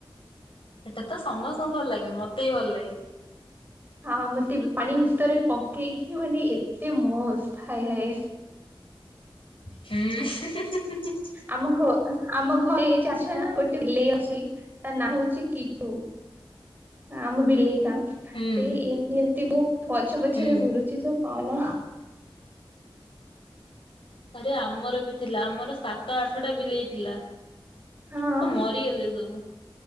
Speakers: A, on the left; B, on the right.
A: ଏଟା ତ ସମସ୍ତଙ୍କୁ ଭଲ ଲାଗିବ ମତେ ହି ଭଲ ଲାଗେ।
B: ହଁ ହଁ ମତେ ବି ପାଣି ଭିତରେ ପକେଇକି ମାନେ ଏତେ ମସ୍ତ ହାଏ ହାଏ।
A: ହୁଁ ହୁଁ ହୁଁ ହୁଁ ହୁଁ।
B: ଆମ ଘ ଆମ ଘରେ <unintelligible> ଗୋଟେ ବିଲେଇ ଅଛି। ତା ନାଁ ହଉଛି କିଟୁ ଆମ ବିଲେଇ ନା। ସେଇ
A: ହୁଁ
B: ଏମିତି ଏମିତି ମୋ ପଛ ପଛରେ
A: ହୁଁ
B: ଘୁରୁଛି <unintelligible> କହନା।
A: ଆରେ ଆମର ବି ଥିଲା ଆମର ସାତ, ଆଠଟା ବିଲେଇ ଥିଲା।
B: ହଁ।
A: ସ ମରିଗଲେ ସବୁ